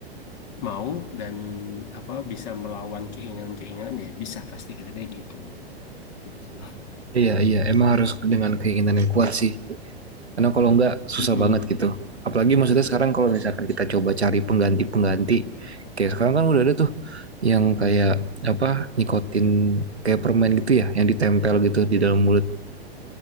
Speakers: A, on the left (about 45°); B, on the right (about 85°).
A: mau dan apa bisa melawan keinginan-keinginan ya bisa pasti ada dia gitu. Gitu sih. Bang.
B: iya iya emang harus dengan keinginan yang kuat sih Karena kalau enggak susah
A: Mm-mm.
B: banget gitu. Apalagi maksudnya sekarang kalau misalkan kita coba cari pengganti-pengganti. Kayak sekarang kan udah ada tuh yang kayak apa nikotin kayak permen gitu ya yang ditempel gitu di dalam mulut.